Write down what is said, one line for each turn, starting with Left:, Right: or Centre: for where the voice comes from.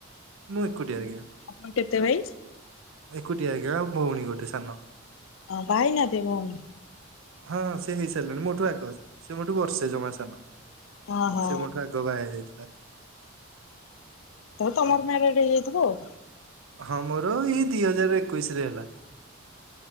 Right: ମୁଁ ଏକୁଟିଆ ଆଜ୍ଞା।
Left: ଆପଣ କେତେ ଭାଇ?
Right: ଏକୁଟିଆ ଆଜ୍ଞା ଆଉ ଭୋଉଣୀ ଗୋଟେ ସାନ।
Left: ହଁ ବାହା ହେଇନାହାନ୍ତି ଭୋଉଣୀ?
Right: ହଁଁ ହଁ ସିଏ ହେଇସାରିଲାଣି ମୋଠୁ ଆଗ ସେ ମୋଠୁ ବର୍ଷେ ଜମା ସାନ
Left: ଓହୋ।
Right: ସେ ମୋ ଠୁ ଆଗ। ଆଗ ବାହା ହେଇଯାଇଥିଲା।
Left: <unintelligible> ତମର
Right: ଆଜ୍ଞା
Left: ମ୍ୟାରେଡ ହେଇଯାଇଥିବ ଆଉ।
Right: ହଁ ମୋରୋ ଏଇ ଦି ହଜାରେ ଏକୋଉଶି ରେ ହେଲା।